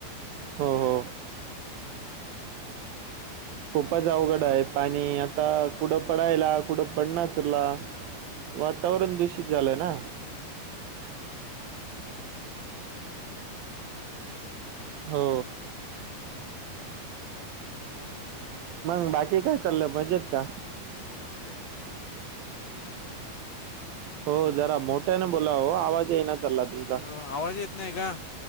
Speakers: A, on the right; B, on the left.
A: हो हो
B: हम्म
A: खूपच
B: बाकी तुमच्याकडं
A: अवघड आहे आणि
B: तुमच्याकडं
A: आता कुठं
B: पाणी
A: पडायला
B: वगैरे
A: कुठं पड नाचला.
B: हो ना
A: वातावरण दूषित झालंय ना,
B: कुठं असं एवढं पडतोय का तिथं नुकसान होते.
A: हो
B: हा आणि इथं पावसाचा पाऊसच येइना,
A: मंग बाकी काय चाललंय मजेत का?
B: म्हजे <unintelligible>
A: हो जरा मोठ्याने बोलाव आवाज ये ना चालला तुमचा
B: हॅलो आवाज येत नाही आहे का?